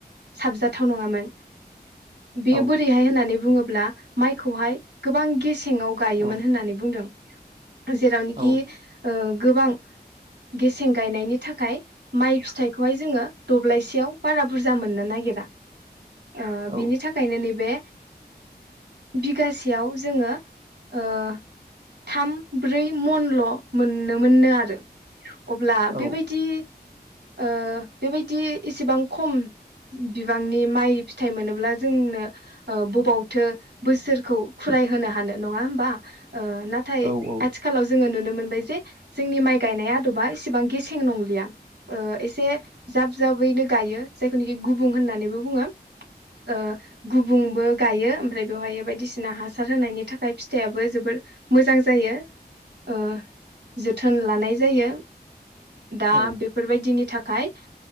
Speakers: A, on the right (about 75°); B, on the right (about 50°).
A: साबजाथाव नङामोन बेयो
B: औ
A: बोरैहाय होननानै बुङोब्ला माइखौहाय गोबां गेसेंयाव गायोमोन
B: औ
A: होननानै दं जेरावनोखि
B: औ
A: ओ गोबां गेसें गायनायनि थाखाय माइ फिथाइखौहाय जोङो दब्लायसेयाव बारा बुरजा मोननो नागिरा ओ
B: औ
A: बिनि थाखायनो नैबे बिगासेयाव जोङो ओ थाम ब्रै मनल' मोननो मोननो आरो अब्ला
B: औ
A: बेबायदि ओ बेबायदि एसेबां खम बिबांनि माइ थाइ मोनोब्ला जोंनो ओ बबावथो बोसोरखौ खुलाय होनो हानो नङा होमबा नाथाय
B: औ औ
A: आथिखालाव जोङो नुनो मोनो। जोंनि माइ गायनाय आदबा इसेबां गेसें नंलिया। एसे जाब जाबैनो गायो जायखौनिखि गुबुं होननानैबो बुङो। ओ गुबुंबो गायो ओमफ्राय बेवहायो बायदिसिना हासार होनायनि थाखाय फिथाइाबो जोबोर मोजां जायो ओ जोथोन लानाय जायो। दा
B: औ
A: बेफोर बायदिनि थाखाय